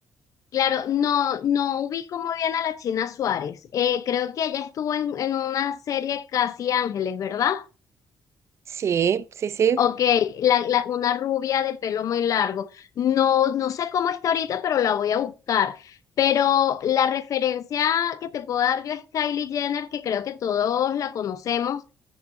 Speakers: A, on the left; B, on the right.
A: Claro, no, no ubico muy bien a la China Suárez. Eh, creo que ella estuvo en, en una serie Casi Ángeles, ¿verdad?
B: Sí, sí, sí,
A: Ok, la, la- una rubia de pelo muy largo. No, no sé cómo está ahorita, pero la voy a buscar. Pero la referencia que te puedo dar yo es Kylie Jenner, que creo que todos la conocemos.